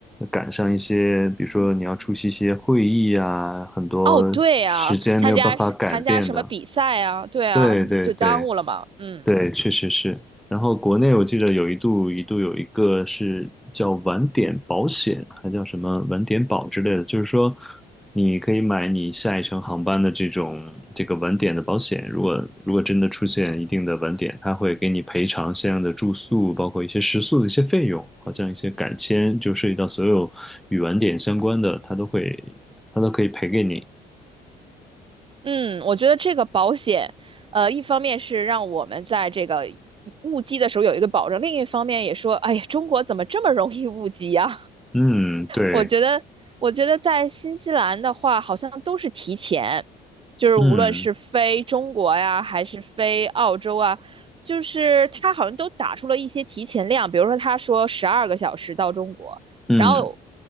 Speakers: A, in the centre; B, on the right (about 30°).
A: 赶上一些，比如说你要出席一些会议啊，很多时间没有办法改变的。
B: 哦，对啊，参加参加什么比赛啊？对啊，
A: 对对对，
B: 你不就耽误了吗？嗯
A: 对，确实是。然后国内我记得有一度一度有一个是叫晚点保险，还叫什么晚点保之类的，就是说你可以买你下一程航班的这种这个晚点的保险，如果如果真的出现一定的晚点，他会给你赔偿相应的住宿，包括一些食宿的一些费用，好像一些改签，就涉及到所有与晚点相关的，他都会他都可以赔给你。
B: 嗯，我觉得这个保险，呃，一方面是让我们在这个呃误机的时候有一个保证，另一方面也说，哎呀，中国怎么这么容易误机啊
A: 嗯，对，
B: 我觉得，我觉得在新西兰的话，好像都是提前，就是无论是飞中国呀，
A: 嗯
B: 还是飞澳洲啊，就是他好像都打出了一些提前量，比如说他说十二个小时到中国，
A: 嗯
B: 然后